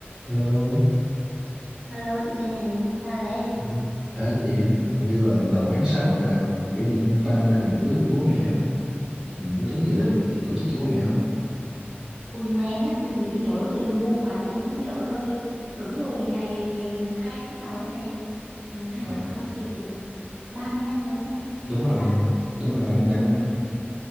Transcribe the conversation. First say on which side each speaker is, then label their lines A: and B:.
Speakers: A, on the right; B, on the right.
A: Hello.
B: Alo chị nghe nè, sao đấy?
A: À, Đấy chị hình như là đầu tháng 6 là kỷ niệm 30 năm ngày cưới của bố mẹ á. Mình có tính dự định
B: Ui,
A: gì tổ chức cho bố mẹ không?
B: ui may em nhắc mà chị mới nhớ, chị lu bu quá chị không có nhớ nơi. Đúng rồi, ngày ngày mùng 2 tháng 6 này. Ngày mùng hai
A: À,
B: tháng 6 là kỷ niệm 30 năm đúng không?
A: đúng
B: Đúng không
A: rồi,
B: ta?
A: đúng rồi 30 năm á.